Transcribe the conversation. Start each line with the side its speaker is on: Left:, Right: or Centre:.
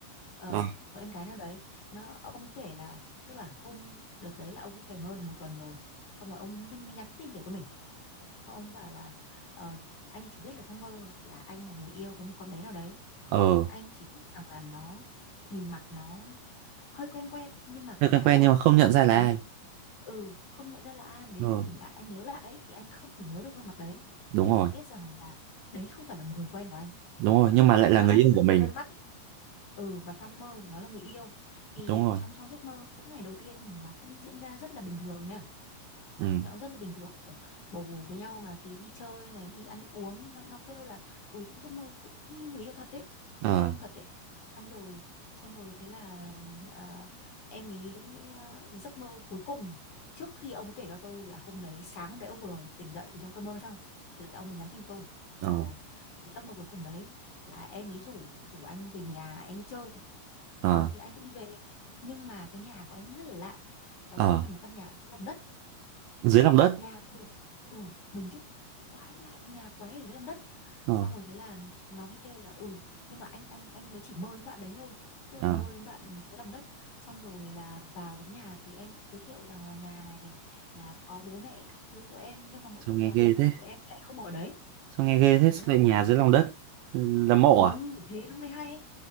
Left: ờ
Right: ờ,
Left: một em gái nào đấy nó ông kể là tức là hôm đợt đấy là ông cũng phải mơ được một tuần rồi xong rồi ông mới, mới nhắn tin kể cho mình Xong ông bảo là ờ, anh chỉ biết là trong mơ là anh là người yêu với một con bé nào đấy.
Right: ờ.
Left: Anh chỉ biết rằng là nó nhìn mặt nó hơi quen quen nhưng mà
Right: Thế
Left: cũng
Right: quen
Left: là
Right: quen
Left: lạ.
Right: nhưng mà không nhận ra là
Left: Đến
Right: ai.
Left: ừ không nhận ra là ai mà đến
Right: Ờ,
Left: lúc tỉnh lại anh nhớ lại ấy, thì anh không thể nhớ được gương mặt đấy.
Right: đúng
Left: Anh
Right: rồi,
Left: chỉ biết rằng là đấy không phải là một người quen của anh.
Right: đúng rồi, nhưng mà lại
Left: Nhưng
Right: là
Left: mà
Right: người
Left: anh
Right: yêu
Left: vẫn
Right: của mình.
Left: thấy quen mắt. Ừ và trong mơ thì nó là người yêu. Thì
Right: Đúng rồi.
Left: trong trong giấc mơ những ngày đầu tiên thì nó cũng diễn ra rất là bình thường nha
Right: Ừ.
Left: nó rất là bình thường kiểu bồ với nhau mà thì đi chơi này đi ăn uống nó, nó kêu là ừ trong giấc mơ kiểu cứ như người yêu thật đấy
Right: Ờ,
Left: như yêu đương thật đấy xong rồi xong rồi thế là à, em ý à, giấc mơ cuối cùng trước khi ông ấy kể cho tôi là hôm đấy sáng hôm đấy ông vừa tỉnh dậy từ trong cơn mơ xong thì là ông ấy nhắn tin tôi ông
Right: ờ,
Left: bảo là thì cái giấc mơ cuối cùng đấy là em ý rủ rủ anh về nhà em ý chơi
Right: ờ.
Left: ờ thì anh cũng đi về nhưng mà cái nhà của em rất là lạ đó
Right: ờ
Left: chính là một căn nhà dưới lòng đất
Right: dưới lòng đất
Left: nhà mình ừ mình trước quái lạ nhà quái ở dưới lòng đất
Right: ờ
Left: xong rồi thế là nó mới kêu là ừ nhưng mà anh anh anh mới chỉ mơ đến đoạn đấy thôi tức
Right: ờ
Left: là mơ đến đoạn dưới lòng đất xong rồi là vào đến nhà thì em giới thiệu rằng là nhà này là có bố mẹ các thứ của em nhưng mà mỗi
Right: sao
Left: tội
Right: nghe
Left: là
Right: ghê
Left: bố mẹ
Right: thế
Left: của em lại không ở đấy
Right: sao nghe ghê
Left: xong
Right: thế
Left: rồi
Right: sao
Left: thế là
Right: lại nhà
Left: tôi
Right: dưới lòng đất là mộ
Left: ừ
Right: à
Left: thế nó mới hay